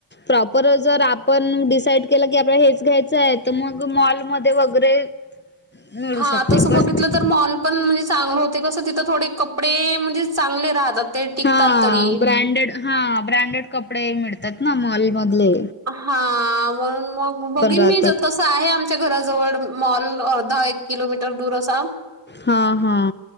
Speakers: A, on the left; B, on the right.
A: प्रॉपर जर आपण डिसाईड केला की आपल्या हेच घ्यायचं आहे तर मग मॉलमध्ये वगैरे मिळू
B: हा
A: शकते
B: तस
A: पण
B: बघितलं तर मॉल पण म्हणजे चांगलं होते कसं तिथं थोडी कपडे म्हणजे चांगले राहतात. ते टिकतात
A: हा
B: तरी.
A: ब्रँडेड हा ब्रँडेड कपडे मिळतात ना मॉलमधले.
B: हा मग मग बघीन
A: राहतात
B: मी ज आहे आमच्या घराजवळ मॉल अर्धा एक किलोमीटर दूर असा.
A: हा हा